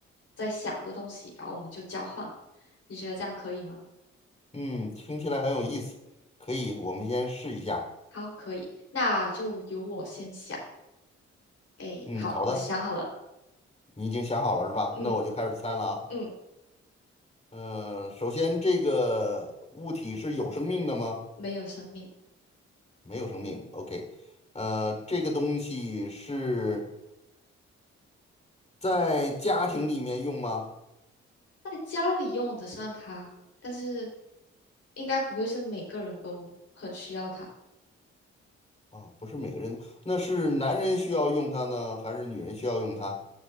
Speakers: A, on the left; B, on the left.
A: 在想的东西，然后我们就交换。你觉得这样可以吗？
B: 嗯，听起来很有意思，可以，我们先试一下。
A: 好，可以。那就由我先想。哎，
B: 嗯，
A: 好，
B: 好的，
A: 我想好了。
B: 你已经想好了是吧？
A: 嗯
B: 那我就开始猜了啊。
A: 嗯，
B: 嗯，首先这个物体是有生命的吗？
A: 没有生命。
B: 没有生命。OK，呃，这个东西是在家庭里面用吗？
A: 在家里用得上它，但是应该不会是每个人都很需要它，
B: 哦，不是每个人，那是男人需要用它呢，还是女人需要用它